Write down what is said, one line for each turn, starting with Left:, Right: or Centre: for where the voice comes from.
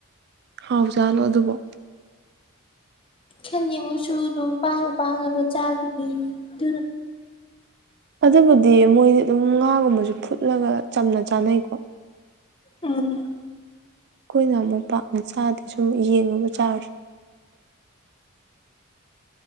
Right: ꯍꯥꯎꯖꯥꯠꯂꯣ ꯑꯗꯨꯕꯨꯣ
Left: ꯈꯦꯃꯨꯁꯨ ꯑꯗꯨꯝ ꯄꯥꯡꯅ ꯄꯥꯡꯂꯕ ꯆꯥꯒꯅꯤ ꯑꯗꯨ
Right: ꯑꯗꯨꯕꯨꯗꯤ ꯃꯣꯏꯗꯤ ꯑꯗꯨꯝ ꯉꯥꯒꯨꯝꯕꯁꯨ ꯐꯨꯠꯂꯒ ꯆꯝꯅ ꯆꯥꯅꯩꯀꯣ
Left: ꯎꯝ
Right: ꯑꯩꯈꯣꯏꯅ ꯑꯃꯨꯛ ꯄꯥꯛ ꯃ ꯆꯥꯗꯤ ꯁꯨꯝ ꯌꯦꯡꯉꯨꯕ ꯆꯥꯔꯁꯨ